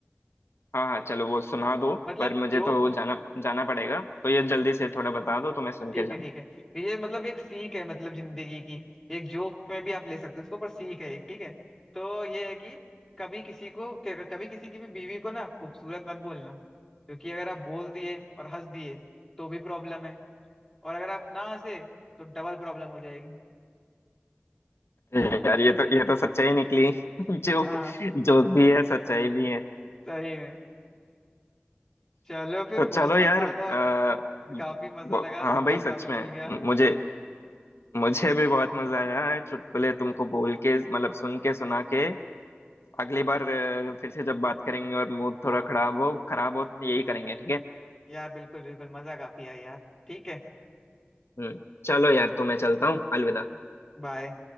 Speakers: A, on the left; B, in the centre.
A: हाँ हाँ चलो वो सुना दो
B: मतलब
A: पर मुझे
B: जोक
A: तो जाना जाना पड़ेगा तो ये जल्दी से थोड़ा बता दो तो मैं सुन
B: ठीक
A: के जाऊँ
B: है ठीक है तो ये मतलब एक सीख है मतलब जिंदगी की एक जोक में भी आप ले सकते हो उसको पर सीख है एक ठीक है तो ये है कि कभी किसी को कभी किसी की भी बीवी को ना खूबसूरत मत बोलना क्योंकि अगर आप बोल दिए और हंस दिए तो भी प्रॉब्लम है और अगर आप ना हंसे तो डबल प्रॉब्लम हो जाएगी
A: यार ये तो ये तो सच्चाई निकली <laughs> जोक
B: हाँ
A: जोक भी है सच्चाई भी है
B: सही है चलो फिर
A: तो चलो
B: बहुत मजा
A: यार
B: आया
A: आ, वो-
B: काफी मजा लगा
A: हाँ
B: दिमाग
A: भाई सच
B: काफी
A: में
B: खुल गया
A: मुझे मुझे भी बहुत मजा आया है चुटकुले तुमको बोल के मतलब सुन के सुना के अगली बार अ, फिर से जब बात करेंगे और मूड थोड़ा खराब हो खराब हो यही करेंगे ठीक है
B: यार बिल्कुल बिल्कुल मजा काफी आया यार ठीक है
A: हम्म चलो यार तो मैं चलता हूँ अलविदा
B: बाय